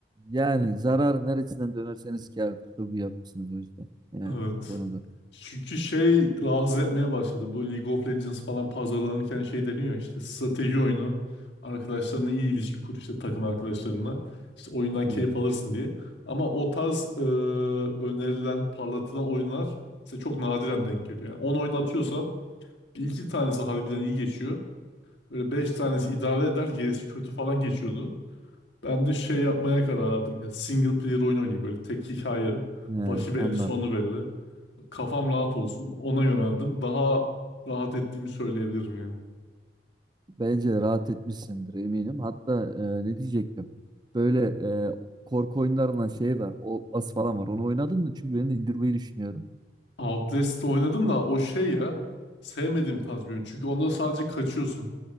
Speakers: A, on the right; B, on the left.
A: Yani zarar neresinden dönerseniz kârdır. Çok iyi yapmışsınız o yüzden. Yani
B: Evet.
A: bu konuda.
B: Çünkü şey rahatsız etmeye başladı. Bu League of Legends falan pazarlanırken şey deniyor işte strateji oyunu. Arkadaşlarına iyi ilişki kur işte takım arkadaşlarına. İşte oyundan keyif
A: Evet.
B: alırsın diye. Ama o tarz e, önerilen, parlatılan oyunlar size çok nadiren denk geliyor. Yani 10 oyun atıyorsam bir iki tanesi harbiden iyi geçiyor. Böyle 5 tanesi idare eder gerisi kötü falan geçiyordu. Ben de şey yapmaya karar verdim ya. Single player oyun oynayayım böyle tek hikaye.
A: He,
B: Başı
A: anladım.
B: belli, sonu belli. Kafam rahat olsun. Ona yöneldim. Daha rahat ettiğimi söyleyebilirim yani.
A: Bence rahat etmişsindir eminim. Hatta e, ne diyecektim? Böyle e, korku oyunlarından şey var. Outlast falan var. Onu oynadın mı? Çünkü ben indirmeyi düşünüyorum.
B: Outlast'ı oynadım da o şey ya. Sevmediğim tarz bir oyun. Çünkü onda sadece kaçıyorsun.